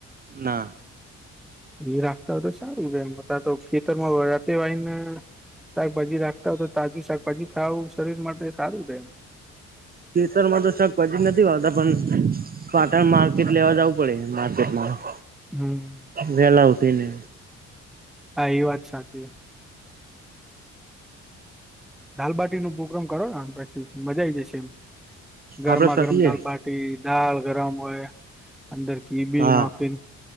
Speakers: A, on the right (about 30°); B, in the centre.
A: ના
B: એ રાખતા હોય તો સારું છે. એ તો ખેતરમાંતેવાયને શાકભાજી રાખતા હોય. તો તાજું શાકભાજી ખાવુ શરીર માટે સારું રહે એમ.
A: કેેતર માં તો શાક પછી નથી વાતા પણ પાટણ માર્કેટ લેવા જવું પડે મા <inaudible>
B: હમ.
A: વેલા ઉઠીને.
B: હા એ વાત સાચી. દાલબાટી નો પ્રોગ્રામ કરો પછી મજા આવી જશે. એમ ગરમા
A: આપડે
B: ગરમ
A: કરીએ
B: દાલબાટી દાળ ગરમ હોય અંદર ચીબી
A: હા
B: નાખી.